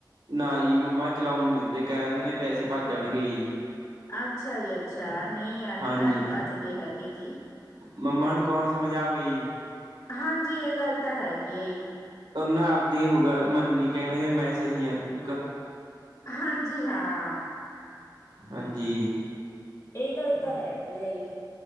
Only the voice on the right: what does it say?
ਨਾ ਜੀ ਮੰਮਾ ਚਲਾਉਣ ਨੀ ਦਿੰਦੇ ਕਹਿ ਦਿੰਦੇ ਨੇ ਪੈਸੇ ਭੱਜਣਗੇ ਜੀ
ਹਾਂਜੀ
ਮੰਮਾ ਨੂੰ ਕੌਣ ਸਮਝ ਆਵੇ
ਉਹ ਨਾ ਆਪਦੀ ਹੋ ਮੰਨਣੀ ਕਹਿਣਗੇ ਮੈਂ ਸਹੀ ਹਾਂ ਤੂੰ
ਹਾਂਜੀ